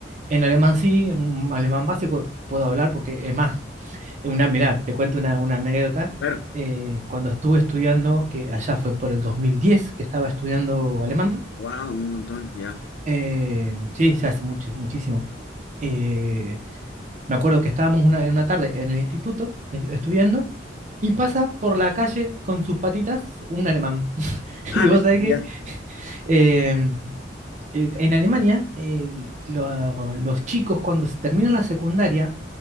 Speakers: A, on the right (about 40°); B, on the left (about 65°).
A: en alemán sí, un alemán básico puedo hablar porque es más. Una, mirá, te cuento una, una anécdota.
B: Claro.
A: Eh, cuando estuve estudiando, que allá fue por el 2010 que estaba estudiando alemán,
B: Wow, un montón, ya.
A: eh, sí, ya hace mucho, muchísimo. Eh, me acuerdo que estábamos una, en una tarde en el instituto en- estudiando y pasa por la calle con sus patitas un alemán. <laughs>
B: Ah,
A: Y vos sabés
B: ya.
A: que eh, eh, en Alemania eh, lo- los chicos cuando se terminan la secundaria